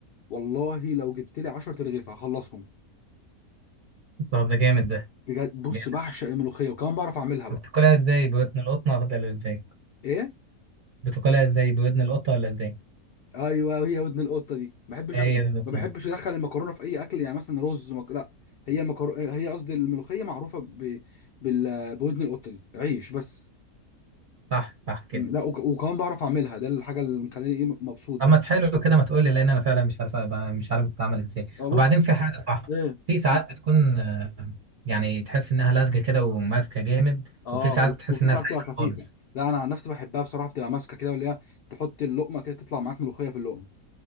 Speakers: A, on the left (about 85°); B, on the right (about 55°).
A: والله لو جبت لي 10 ترغيف هخلصهم
B: طب ده جامد ده
A: بجد بص
B: جامد
A: بعشق الملوخيه وكمان بعرف اعملها بقى
B: بتاكلها ازاي بودن القطة ولا ازاي
A: ايه
B: بتاكلها ازاي بودن القطة ولا ازاي
A: ايوه هي ودن القطه دي ما بحبش
B: هي
A: أكل...
B: دي القطة
A: ما بحبش ادخل المكرونه في اي اكل يعني مثلا رز مك... لا هي المكرو... هي قصدي الملوخيه معروفه ب... بال... بودن القطه دي عيش بس
B: صح صح كده
A: مم، لا وك... وكمان بعرف اعملها ده الحاجه اللي مخليني ايه مبسوط بقى
B: اما تحلو كده ما تقولي لان انا فعلا مش عارف مش عارف بتتعمل ازاي
A: اه بص
B: وبعدين في حاجة صح
A: ايه
B: في ساعات
A: مم.
B: بتكون آه، يعني تحس انها لازجة كده وماسكة جامد
A: اه
B: وفي ساعات
A: و-
B: بتحس
A: وفي
B: انها
A: ساعات
B: سايلة
A: بتبقى خفيفه
B: خالص
A: لا انا عن نفسي بحبها بصراحه بتبقى ماسكه كده ولا هي تحط اللقمه كده تطلع معاك ملوخيه في اللقمه